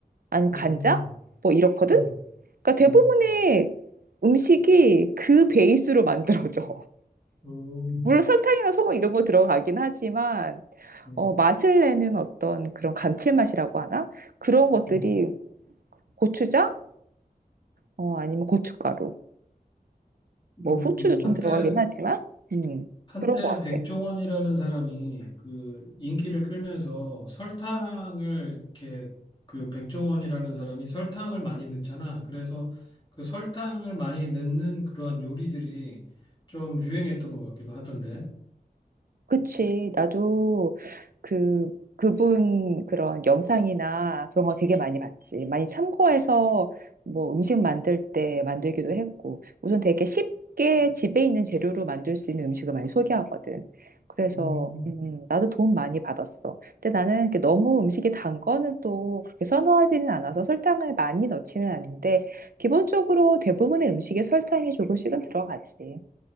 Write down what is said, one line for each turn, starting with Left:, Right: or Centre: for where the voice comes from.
Right: 아니면
Left: 음,
Right: 간장 뭐 이렇거든.
Left: 음,
Right: 그러니까 대부분의
Left: 음,
Right: 음식이 그 베이스로 만들어져. <laughs>
Left: 음,
Right: 물론 설탕이나 소금 이런 거 들어가긴 하지만
Left: 음,
Right: 어, 맛을 내는 어떤 그런 감칠맛이라고 하나? 그런 것들이
Left: 음.
Right: 고추장 어, 아니면 고춧가루 뭐
Left: 이렇구나.
Right: 후추도 좀
Left: 한때,
Right: 들어가긴 하지만 음,
Left: 한때
Right: 그런 것
Left: 백종원이라는
Right: 같아.
Left: 사람이 그 인기를 끌면서 설탕을 이렇게 그 백종원이라는 사람이 설탕을 많이 넣잖아. 그래서 그 설탕을 많이 넣는 그러한 요리들이 좀 유행했던 것 같기도 하던데.
Right: 그치. 나도 그, 그분 그런 영상이나 그런 거 되게 많이 봤지. 많이 참고해서 뭐 음식 만들 때 만들기도 했고. 우선 되게 쉽게 집에 있는 재료로 만들 수 있는 음식을 많이 소개하거든. 그래서,
Left: 음,
Right: 음, 나도 도움 많이 받았어. 근데 나는 이렇게 너무 음식이 단 거는 또 그렇게 선호하지는 않아서 설탕을 많이 넣지는 않는데, 기본적으로 대부분의 음식에 설탕이 조금씩은 들어가지.